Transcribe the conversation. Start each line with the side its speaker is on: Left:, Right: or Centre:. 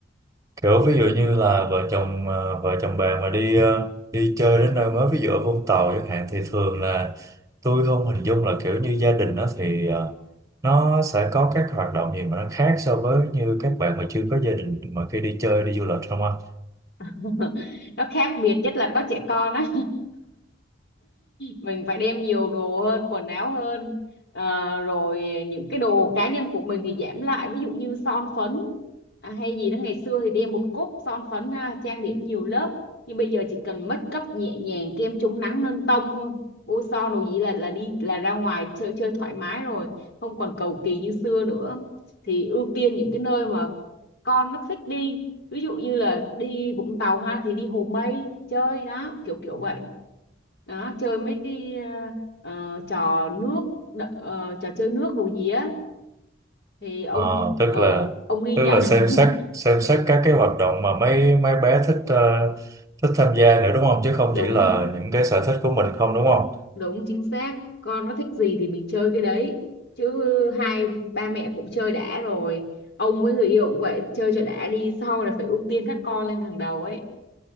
Right: kiểu ví dụ như là vợ chồng ờ, vợ chồng bạn mà đi ờ, đi chơi đến nơi mới ví dụ ở Vũng Tàu chẳng hạn thì thường là tôi không hình dung là kiểu như gia đình đó thì ờ, nó sẽ có các hoạt động gì mà nó khác so với như các bạn mà chưa có gia đình mà khi đi chơi đi du lịch không anh
Left: <laughs> nó khác biệt nhất là có trẻ con á mình phải đem nhiều đồ hơn quần áo hơn Ờ, rồi những cái đồ cá nhân của mình thì giảm lại ví dụ như son phấn à, hay gì đó ngày xưa thì đem một cốc son phấn ha, trang điểm nhiều lớp nhưng bây giờ chỉ cần make up nhẹ nhàng kem chống nắng nâng tông thôi bôi son đồ gì là là đi là ra ngoài chơi chơi thoải mái rồi không còn cầu kỳ như xưa nữa thì ưu tiên những cái nơi mà con nó thích đi ví dụ như là đi Vũng Tàu ha thì đi Hồ Mây chơi đó kiểu kiểu vậy đó chơi mấy cái ờ, ờ, trò nước đ- ờ, trò chơi nước đồ gì á thì ông
Right: Ờ,
Left: ờ,
Right: tức là
Left: ông ghi
Right: tức
Left: nhận
Right: là xem
Left: <laughs>
Right: xét xem xét các cái hoạt động mà mấy mấy bé thích ờ, thích tham gia nữa đúng không chứ không
Left: đúng
Right: chỉ là những cái sở thích của mình không đúng không
Left: đúng chính xác con nó thích gì thì mình chơi cái đấy chứ hai ba mẹ cũng chơi đã rồi ông với người yêu cũng vậy chơi cho đã đi sau này phải ưu tiên các con lên hàng đầu ấy